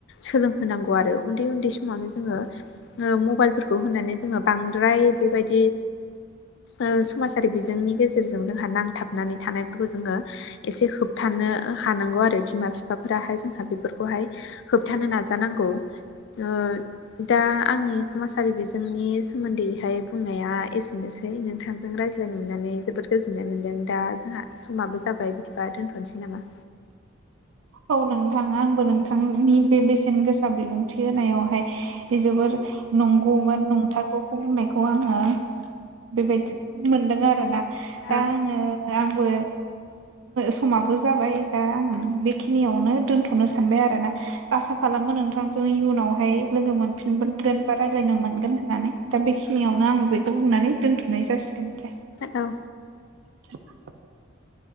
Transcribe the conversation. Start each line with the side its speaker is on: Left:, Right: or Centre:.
Left: सोलोंहोनांगौ आरो उन्दै उन्दै समावनो जोङो मबाइलफोरखौ होननानै जोङो बांद्राय बेबायदि ओ समाजारि बिजोंनि गेजेर रजों जोंहा नांथाबनानै थानायफोरखौ जोङो एसे होबथानो हानांगौ आरो बिमा बिफाफोराहाय जोंहा बेफोरखौहाय होबथानो नाजानांगौ ओ दा आंनि समाजारि बिजोंनि सोमोन्दैहाय बुंनाया एसेनोसै नोंथांजों रायज्लाय मोननानै जोबोद गोजोननाय मोन्दों दा जोंहा समाबो जाबाय बिदिबा दोनथ'नोसै नामा?
Right: औ नोंथाङा आंबो नोंथांनि बे बेसेन गोसा बिबुंथि होनायावहाय जोबोर नंगौ बा नंथारगौखौ बुंनायखौ आङो बेबायदि मोनदों आरोना
Left: औ
Right: दा आङो आंबो समाबो जाबाय दा आं बेखिनियावनो दोन्थ'नो सानबाय आरो ना आसा खालामो नोंथांजों इयुनावहाय लोगो मोनफिन मोनगोन बा रायज्लायनो मोनगोन होननानै दा बेखिनियावनो आं बेखौ बुंनानै दोनथ'नाय जासिगोन दे
Left: औ
Right: <inaudible>